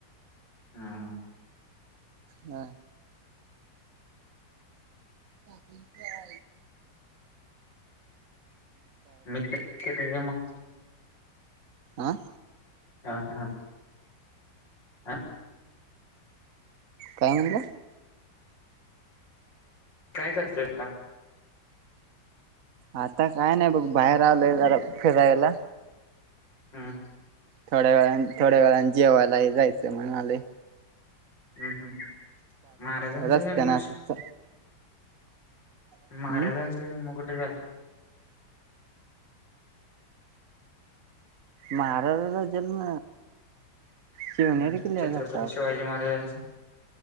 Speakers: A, on the left; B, on the right.
A: हा
B: हा अ ते अ
A: मी मग
B: आह
A: हा हा आ
B: काय म्हणलं
A: काय करतंयता
B: आता काय नाही बघ बाहेर आलंय जरा फिरायला
A: हम्
B: थोड्या वेळ थोड्या वेळा जेवायला जायचं म्हण आले
A: हम्म हम् महाराजांचा
B: रस्त्यान
A: जन्म
B: असच हम्म
A: महाराजांच मोगठे झालं
B: महाराजाचा जन्म शिवनेरी
A: हम्म,
B: किल्या
A: छत्रपती
B: ज वाटत
A: शिवाजी महाराजांचा